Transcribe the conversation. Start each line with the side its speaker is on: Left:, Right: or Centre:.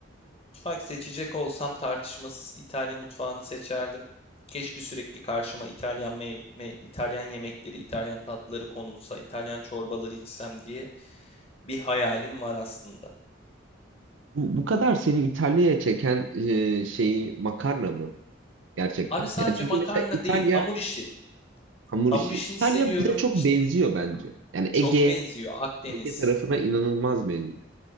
Left: mutfak seçecek olsam tartışmasız İtalya mutfağını seçerdim. Keşke sürekli karşıma İtalyan me- me- İtalyan yemekleri, İtalyan tatlıları konulsa, İtalyan çorbaları içsem diye bir hayalim var aslında.
Right: Bu, bu kadar seni İtalya'ya çeken e, şeyi makarna mı gerçekten?
Left: Abi sadece
Right: Yani çünkü
Left: makarna
Right: mesela İtalya
Left: değil, hamur işi.
Right: hamur
Left: Hamur
Right: işi.
Left: işini
Right: İtalya
Left: seviyorum.
Right: bize çok
Left: İşte
Right: benziyor bence. Yani
Left: çok
Right: Ege
Left: benziyor Akdeniz.
Right: Ege tarafına inanılmaz benziyor.